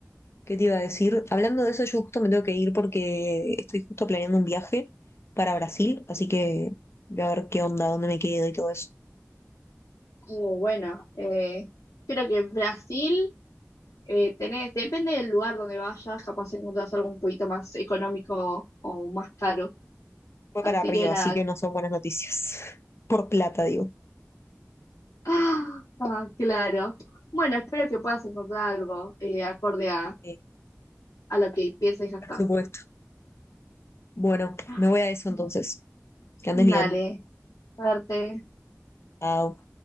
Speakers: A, on the left; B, on the left.
A: ¿Qué te iba a decir? Hablando de eso, yo justo me tengo que ir porque estoy justo planeando un viaje para Brasil, así que voy a ver qué onda, dónde me quedo y todo eso.
B: Uh, bueno, eh, creo que Brasil eh, tenés, depende del lugar donde vayas, capaz encontrás algo un poquito más económico o más caro.
A: Fue
B: Así
A: para Río,
B: que nada.
A: así que
B: <gasps>
A: no son buenas noticias. <laughs> Por plata, digo.
B: Ah, ah, claro. Bueno, espero que puedas encontrar algo eh, acorde a,
A: Sí,
B: a lo que piensas gastar.
A: por supuesto. Bueno,
B: <gasps>
A: me voy a eso entonces. Que andes
B: Dale,
A: bien.
B: suerte.
A: Chao.